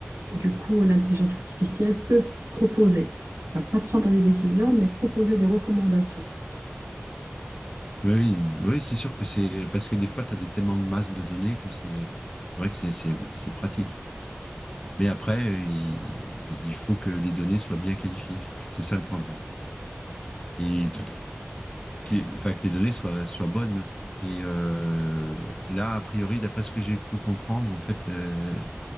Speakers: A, on the right; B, on the left.
A: Du coup, l'intelligence artificielle peut proposer, va pas prendre les décisions, mais proposer des recommandations.
B: Oui, oui, oui, c'est sûr que c'est parce que des fois, tu as des, tellement de masse de données que c'est c'est vrai que c'est c'est- c'est pratique. Mais après, il, il faut que les données soient bien qualifiées. <laughs> C'est ça le problème. Et tout, qui- enfin, que les données soient, soient bonnes. Et euh, là, a priori, d'après ce que j'ai cru comprendre, en fait, le-